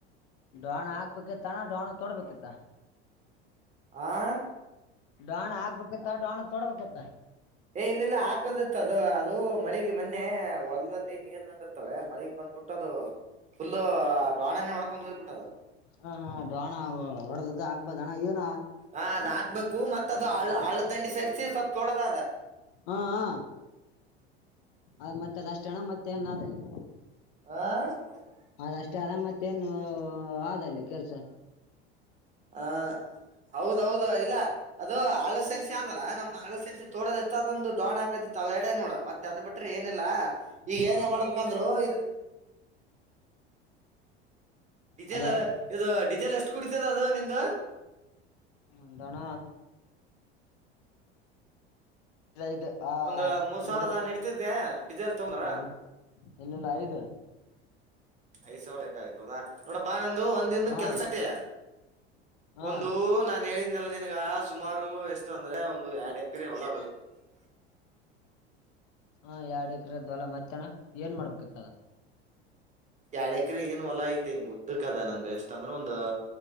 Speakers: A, on the left; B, on the right.
A: ಡೋಾಣ ಹಾಕ್ಬೇಕಿ ತಣ ಡೋಾಣ ತೋಡ್ಬೇಕಿತ್ತ
B: ಆಾ
A: ಡಾಣ ಹಾಕ್ಬೇಕಿತ್ತ ಡಾಣ ತೊಡ್ಬೇಕೀ ತ್ತ
B: ಏ ಇಲ್ಲ ಇಲ್ಲ ಹಾಕದಿತ್ತ ಅದು ಅದು ಮಳಿಗೆ ಮೊನ್ನೆ ಒಳದ್ದ ನೀರ್ ನಡಿಿರ್ತವೆ ಮಳಿ ಬಂದ್ ಂದ ಬಿಟ್ಟದು ಫುಲ್ ಡೊಣನೆ ಮಡ್ಕೊಂಡ್ ಹೋಗ್ಬಿಟ್ಟವ
A: ಹ ಹಾ ದೋಣ ಹೊಡದ್ದ ಆಗ್ಬದ ಹಣ ಏನ
B: ಹಾ ಅದ್ ಹಾಕ್ಬೇಕು ಮತ್ತ ಅದು ಆಳು ಆಳ್ ದಂಡಿ ಸೇರಿಸಿ ಸ್ವಲ್ಪ್ ತೊಡೋದ ಅದ
A: ಹಾ ಹಾ ಅ ಮತ್ತೆ ಅ ದಷ್ಟಣ ಮತ್ತೆ ಅನ್ನಾದಲ್ಲಿ
B: ಹಾ
A: ಅದಷ್ಟೇ ಅರಾಮತ್ತ ಏನು ಆದಲ್ಲಿ ಕೆಲ್ಸ
B: ಆ ಹೌದೌದು ಇಲ್ಲ ಅದು ಅಳ ಸರಿಸಿ ಅದಲ್ಲಾ ನಮ್ದ್ ಅಳ ಸರಿಸಿ ತೋಡೋದ ಎತ್ತದೊಂದು ದೋಣ ಹಾಕದು ದೆಡೆ ನೋಡ ಮತ್ತೆ ಅದ ಬಿಟ್ರೆ ಏನಿಲ್ಲ ಈಗ
A: ಹಾ
B: ಏನ ಮಾಡ್ಬೇಕಂದ್ರು ಇ ಡೀಜೆಲ್
A: ಹಲೋ
B: ಇದು ಡೀಿಸೆಲ್ ಎಷ್ಟು ಕುಡತದ ಅದು ನಿಮ್ದು
A: ಎಂತಾನ ಇದು ಆ
B: ಒಂದ ಮೂರ್ ಸಾವಿರದ
A: ಐದು
B: ನಡೀತಿದ್ದೆ ಡೀಸೆಲ್ ತಗೊಂಡ್ರ
A: ಐದು ಎಲ್ಲೆಲ್ಲಾ ಐದ
B: ಬೇಕ್ತದ ನೋಡಪ್ಪಾ ನಂದು ಒಂದದಿನದು
A: ಹಾ
B: ಕೆಲ್ಸ ಐತಿ
A: ಹಾ
B: ಒಂದು ನಾನ್ ಹೇಳಿದ್ನಲ್ಲ ನಿಂಗ ಸುಮಾರು ಎಷ್ಟ ಅಂದ್ರೆ ಒಂದು ಎರಡ್ ಎಕರೆ ಹೊಲ
A: ಹಾ ಎರಡ್ ಎಕ್ರದ್ವಲ ಮತ್ತನ ಏನ್ ಮಾಡ್ಬೇಕಿತ್ತ ಅದ
B: ಯಾರ್್ಯಾಕ್ರಿ ಏನ್ ಹೊಲ ಐತೆ ಹಿಂಗ ಉದ್ದಕ್ ಅದ ನಂದು ಎಷ್ಟಂದ್ರೆ ಒಂದ